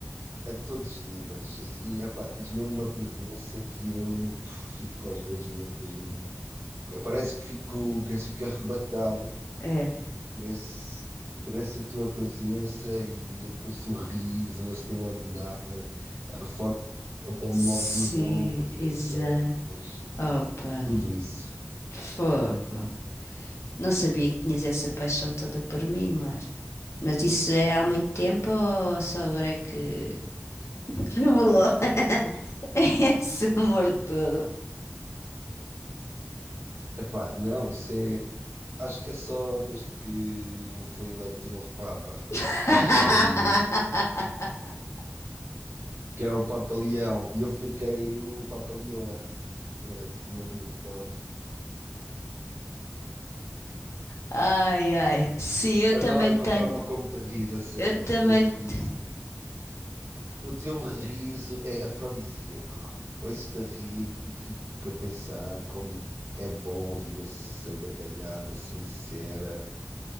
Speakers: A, on the right; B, on the left.
A: A todos os níveis, assim, epá, tens mesmo uma presença que eu fico às vezes mesmo, parece que fico, que fico arrebatado
B: É.
A: por esse, por essa tua presença e o teu sorriso, o teu andar, a forma como
B: Sim,
A: moves os ombros
B: exato.
A: e as ancas,
B: Opa,
A: tudo isso.
B: fogo. Não sabia que tinhas essa paixão toda por mim, amor. Mas isso é há muito tempo ou só agora é que revelou <laughs> esse amor todo?
A: Epá, não, isso é. Acho que é só desde que foi eleito o novo Papa.
B: <laughs>
A: Acho que houve aí. Que é o Papa Leão. E eu fiquei o Papa Leoa. Tu és de Leoa.
B: Ai, ai. Sim, eu
A: Adoro
B: também tenho.
A: com a forma como te ris, a sério.
B: Eu também.
A: A teu riso
B: te-
A: O teu riso é afrodisíaco. Ouço-te a rir e fico a pensar como é bom ouvir essa gargalhada sincera